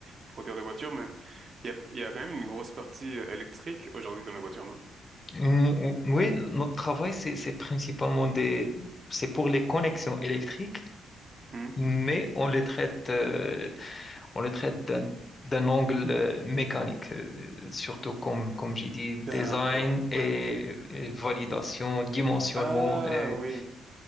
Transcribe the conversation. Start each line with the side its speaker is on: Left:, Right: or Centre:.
Right: produire des voitures. Mais il y a, il y a quand même une grosse partie euh, électrique aujourd'hui dans la voiture, non?
Left: Mm, oui, notre travail, c'est, c'est principalement des, c'est pour les connexions électriques,
Right: Hmm.
Left: mais on les traite euh, On le traite d'un d'un angle euh, mécanique, euh, surtout comme, comme j'ai dit,
Right: D'accord,
Left: design et,
Right: ouais.
Left: et validation, dimensionnement,
Right: Ah
Left: et,
Right: oui,